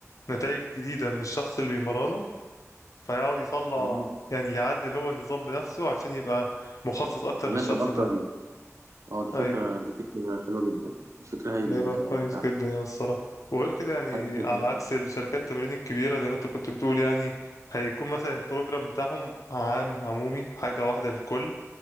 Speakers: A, on the left; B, on the right.
A: نتائج جديده من الشخص اللي بيمرنه فيقعد يطلع
B: تمام
A: يعني يعدل هو النظام بنفسه عشان يبقى مخصص اكتر
B: مناسب
A: للشخص
B: أكتر
A: ده
B: ليه أه دي
A: ايوه
B: فكرة دي فكرة حلوة جدا دي فكرة هايلة
A: ده يبقى
B: جدا
A: كويس
B: والله فعلا
A: جدا يعني الصراحة وغير كده يعني
B: حاجة جدا
A: على عكس الشركات التمرين الكبيرة زي ما انت كنت بتقول يعني هيكون مثلا البروجرام بتاعهم عام عمومي حاجة واحدة للكل